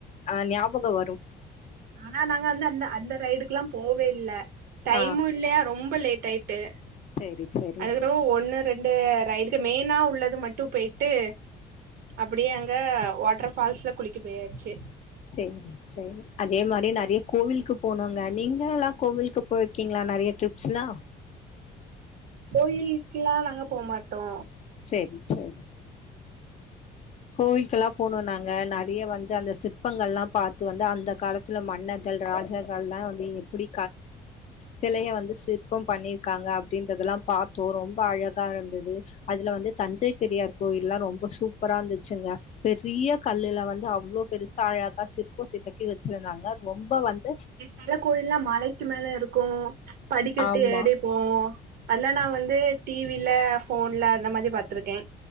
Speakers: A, on the left (about 40°); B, on the right (about 70°).
A: ஆ ஞாபகம் வரும்
B: ஆனா நாங்க வந்து அந்த அந்த ரைடுக்கு எல்லா போகவே இல்ல டைமு
A: ஆ
B: இல்லையா ரொம்ப லேட் ஆயிட்டு
A: சரி சரி
B: அதுக்கப்றோ ஒன்னு ரெண்டு ரைடுக்கு மெய்னா உள்ளது மட்டு போயிட்டு அப்டியே அங்க வாட்டர் ஃபால்ஸ்ல குளிக்க போயாச்சி
A: செரி செரி அதே மாரி நெறைய கோவிலுக்கு போனாங்க நீங்க எல்லா கோவிலுக்கு போய் க்கிங்ளா நறைய டிரிப்ஸ்லா
B: கோயிலுக்லா நாங்க போ மாட்டோ
A: சேரி சேரி கோவில்கெல்லா போனோ நாங்க நெறைய வந்து அந்த சிற்பங்கள்லா பாத் வந்து அந்த காலத்துல மன்னர்கள் ராஜாக்கள்லா வந்து எப்டி சிலைய வந்து சிற்பம் பண்ணிருக்காங்க அப்டின்றதெல்லா பாத்தோ ரொம்ப அழகா இருந்தது அதுல வந்து தஞ்சை பெரியார் கோயில்லா ரொம்ப சூப்பரா இருந்த ச்சிங்க பெரிய கல்லுல வந்து அவ்ளோ பெருசா அழகா சிற் ற்போ செதுக்கி வஎச்சிருந்தாங்க ரொம்ப வந்து
B: மல கோயில்லா மலைக்கு மேல இருக்கு படிக்கட்டு
A: ஆமா
B: ஏறி போ அதல்லா நா வந்து டி வி ல. போன்ல அந்த மாரி பாத்துருக்கே